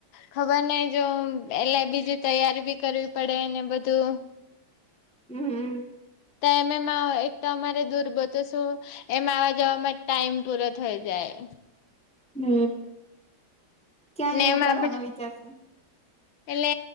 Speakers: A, on the left; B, in the centre.
A: ખબર નય જો એલે બીજી તૈયારી બી કરવી પડે ને બધું
B: હમ્મ
A: તો એમેં માં એક તો અમારે દૂર બચો શો એમ આવા જવાવામાં જ ટાઈમ પૂરો થઈ જાય.
B: હમ ક્યાં
A: ને
B: જેવું
A: એમાં
B: કરવાનું
A: આપણે
B: વિચારશું.
A: એટલે